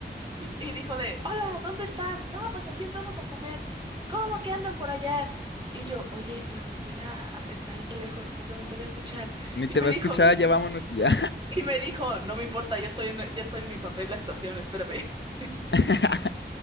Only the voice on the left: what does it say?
Ni
te
va
a escuchar,
ya vámonos y ya.
<laughs>